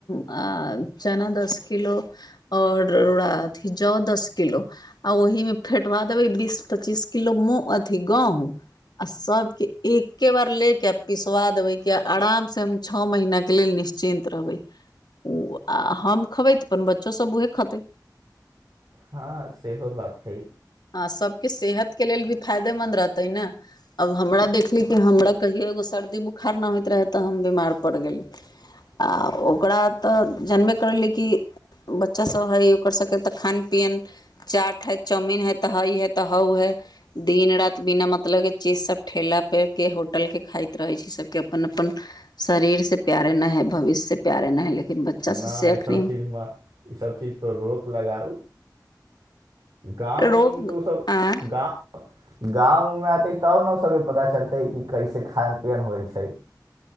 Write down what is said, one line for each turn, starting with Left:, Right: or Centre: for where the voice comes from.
Left: आ चना दस किलो और अथि जौ दस किलो आ ओहि में फेटवा देबै बीस पच्चीस किलो मुँह अथी गेहुँ आ सबके एके बार लेट के पिसवा देबै किए आरामसँ हम छओ महीनाके लेल निश्चिन्त रहबै। ओ आ हम खयबै त अपन बच्चो सभ उएह खेतै।
Right: हँ सेहो बात छै।
Left: आ सबके सेहत के लेल भी फायदेमन्द रहतै ने, अब हमरा देखली कि हमरा कहियो एगो सर्दी बोखार नहि होइत रहै त हम बीमार पड़ि गेली। आ ओकरा त जनबे करलियै कि बच्चा सभ है य ओकर सब के त खान पियन, चाट है चाउमीन है त हाई है त हाउ है दिन रात बिना मतलब के चीज सब ठेला परके होट होटल के खाइत रहे छै, सबके अपन अपन शरीर से प्यारे न है भविष्य से प्यारे न है लेकिन बच्चा सबसे
Right: नहि
Left: अखनी
Right: ईसभ चीजमे, ईसभ चीज पर रोक लगाउ। गाँव
Left: रोग
Right: उं मे त ओ सब,
Left: आँय
Right: गाँव, गाँव ओते तब ने ओकर सबके पता चलतै कैसे खान पियन होइ छै।